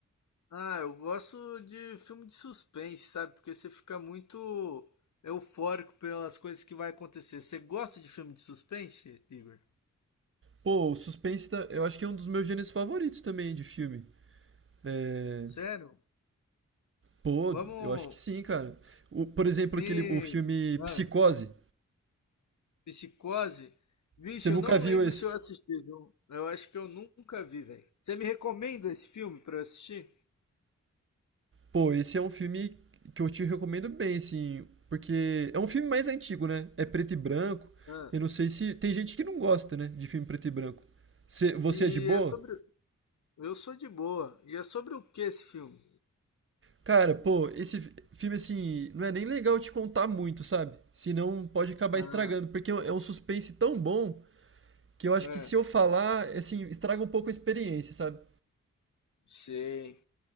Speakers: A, on the left; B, on the right.
A: Ah, eu gosto de filme de suspense, sabe? Porque você fica muito eufórico pelas coisas que vai acontecer. Você gosta de filme de suspense, Igor?
B: Pô, o suspense tá- eu acho que é um dos meus gêneros favoritos também de filme. É,
A: Sério?
B: Pô,
A: Vamos
B: eu acho que sim, cara. O- por exemplo,
A: me.
B: aquele, o filme Psicose.
A: Ah, Psicose? Vixe,
B: Você nunca
A: eu não
B: viu
A: lembro
B: esse?
A: se eu assisti, viu? Eu acho que eu nunca vi, velho. Você me recomenda esse filme pra eu assistir?
B: Pô, esse é um filme que eu te recomendo bem, assim, porque é um filme mais antigo, né? É preto e branco.
A: Ah,
B: Eu não sei se. Tem gente que não gosta, né, de filme preto e branco. Você, você
A: e
B: é de boa?
A: é sobre. Eu sou de boa. E é sobre o que esse filme?
B: Cara, pô, esse fi- filme, assim, não é nem legal te contar muito, sabe? Senão pode acabar
A: Ah,
B: estragando, porque é um é um suspense tão bom. que eu acho
A: é.
B: que se eu falar, assim, estraga um pouco a experiência, sabe?
A: Sei.